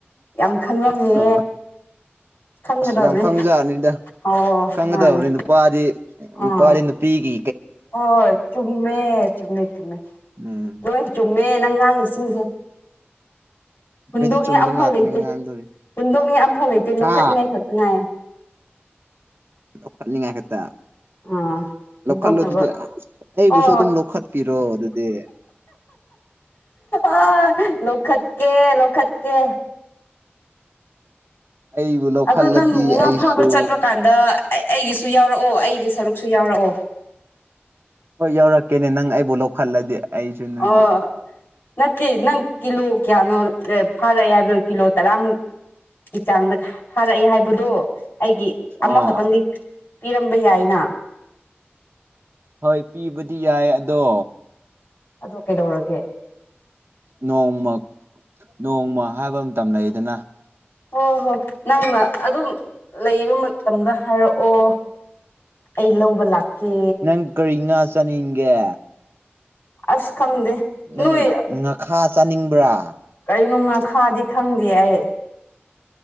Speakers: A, on the left (about 55°); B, on the right (about 60°).
A: ꯌꯥꯝ ꯈꯪꯂꯝꯃꯦ
B: ꯑ
A: ꯈꯪꯒꯗꯕꯅꯦ
B: ꯑꯁ ꯌꯥꯝ ꯈꯪꯖꯅꯤꯗ
A: ꯑꯣ
B: ꯈꯪꯒꯗꯕꯅꯤ
A: ꯃꯥꯅꯦ
B: ꯅꯨꯄꯥꯗꯤ
A: ꯑꯥ
B: ꯅꯨꯄꯥꯗꯤ ꯄꯤꯒꯤ
A: ꯍꯣꯏ ꯆꯨꯝꯃꯦ ꯆꯨꯝꯃꯦ ꯆꯨꯝꯃꯦ
B: ꯎꯝ
A: ꯂꯣꯏ ꯆꯨꯝꯃꯦ ꯅꯪꯉꯥꯡ ꯏꯁꯤꯡꯁꯦ ꯍꯨꯟꯗꯣꯛꯅꯤꯡꯉ
B: ꯑꯩꯗꯤ ꯆꯨꯝꯕ
A: ꯑꯝꯐꯥꯎ
B: ꯉꯥꯛꯇꯅꯤ
A: ꯂꯩꯇꯦ
B: ꯉꯥꯡꯗꯣꯏ
A: ꯍꯨꯟꯗꯣꯛꯅꯤꯡꯉ ꯑꯝꯐꯥꯎ ꯂꯩꯇꯦ ꯂꯧꯈꯠꯅꯤꯡꯉꯥꯏ
B: ꯍꯥ
A: ꯈꯠꯇꯉꯥꯏ
B: ꯂꯧꯈꯠꯅꯤꯡꯉꯥꯏ ꯈꯛꯇ
A: ꯑꯥ ꯍꯨꯟꯗꯣꯛꯅꯕ
B: ꯂꯧꯈꯠꯂꯣ ꯑꯗꯨꯗꯤ ꯑꯁ ꯑꯩꯕꯨꯁꯨ
A: ꯍꯣꯏ
B: ꯑꯗꯨꯝ ꯂꯧꯈꯠꯄꯤꯔꯣ ꯑꯗꯨꯗꯤ
A: ꯑ ꯂꯧꯈꯠꯀꯦ ꯂꯧꯈꯠꯀꯦ
B: ꯑꯩꯕꯨ ꯂꯧꯈꯠꯂꯗꯤ
A: ꯑꯗꯨ ꯅꯪ ꯉꯅꯥ
B: ꯑꯩꯁꯨ
A: ꯐꯕ ꯆꯠꯄꯥꯦ ꯑꯗ ꯑꯩꯒꯤꯁꯨ ꯌꯥꯎꯔꯛꯑꯣ ꯑꯩꯒꯤ ꯁꯔꯨꯛꯁꯨ ꯌꯥꯎꯔꯛꯑꯣ
B: ꯍꯣꯏ ꯌꯧꯔꯛꯀꯦꯅꯦ ꯅꯪ ꯑꯩꯕꯨ ꯂꯧꯈꯠꯂꯗꯤ ꯑꯩꯁꯨ ꯅꯪ
A: ꯑꯣ ꯅꯠꯇꯦ ꯅꯪ ꯀꯤꯂꯣ ꯀꯌꯥꯅꯣ ꯐꯥꯔꯛꯑꯦ ꯍꯥꯏꯕ꯭ꯔꯣ ꯀꯤꯂꯣ ꯇꯔꯥꯃꯨꯛ ꯀ ꯆꯥꯡꯗ ꯐꯥꯔꯛꯑꯦ ꯍꯥꯏꯕꯗꯣ ꯑꯩꯒꯤ ꯑꯃꯈꯛꯇꯪꯗꯤ
B: ꯑꯥ
A: ꯄꯤꯔꯝꯕ ꯌꯥꯏꯅ
B: ꯍꯣꯏ ꯄꯤꯕꯗꯤ ꯌꯥꯏ ꯑꯗꯣ
A: ꯑꯗꯣ ꯀꯩꯗꯧꯔꯒꯦ
B: ꯅꯣꯡꯃ ꯅꯣꯡꯃ ꯍꯥꯏꯕ ꯃꯇꯝ ꯂꯩꯗꯅ
A: ꯍꯣ ꯍꯣ ꯅꯪꯅ ꯑꯗꯨꯝ ꯂꯩꯕ ꯃꯇꯝꯗ ꯍꯥꯏꯔꯛꯑꯣ ꯑꯩ ꯂꯧꯕ ꯂꯥꯛꯀꯦ
B: ꯅꯪ ꯀꯔꯤ ꯉꯥ ꯆꯥꯅꯤꯡꯒꯦ
A: ꯑꯁ ꯈꯪꯗꯦ
B: ꯅꯪ
A: ꯅꯣꯏ
B: ꯉꯈꯥ ꯆꯥꯅꯤꯡꯕ꯭ꯔꯥ
A: ꯀꯔꯤꯅꯣ ꯉꯥꯈꯥꯗꯤ ꯈꯪꯗꯦ ꯑꯩ